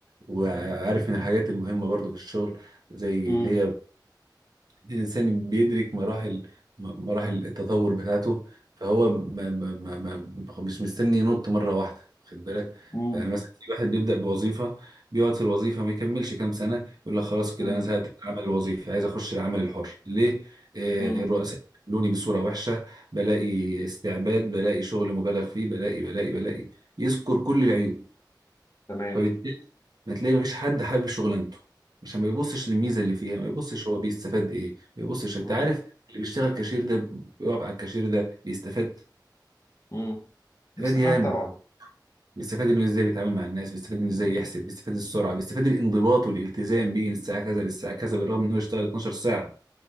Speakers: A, on the right; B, on the left.
A: وعارف من الحاجات المهمة برضو في الشغل زي
B: امم
A: اللي هي الإنسان بيدرك مراحل م- مراحل التطور بتاعته فهو ما ما ما ما مش مستني ينط مرة واحدة واخد بالك
B: امم
A: فأنا مثلا في واحد بيبدأ بوظيفة بيقعد في الوظيفة ما يكملش كام سنة يقول لك خلاص كده
B: امم
A: أنا زهقت من العمل الوظيفي عايز أخش العمل الحر ليه؟ آه،
B: امم
A: الرؤساء بيعاملوني بصورة وحشة بلاقي استعباد بلاقي شغل مبالغ فيه بلاقي بلاقي بلاقي يذكر كل العيوب
B: تمام
A: فبالتالي ما تلاقي مفيش حد حابب شغلانته عشان ما بيبصش للميزه اللي فيها ما بيبصش هو بيستفاد ايه ما بيبصش انت
B: امم
A: عارف اللي بيشتغل كاشير ده بيقف على الكاشير ده بيستفاد
B: امم بيستفاد
A: بيستفاد ياما
B: طبعا
A: بيستفاد انه ازاي بيتعامل مع الناس بيستفاد انه ازاي يحسب بيستفاد السرعه بيستفاد الانضباط والالتزام بيه من الساعه كذا للساعه كذا بالرغم انه يشتغل 12 ساعه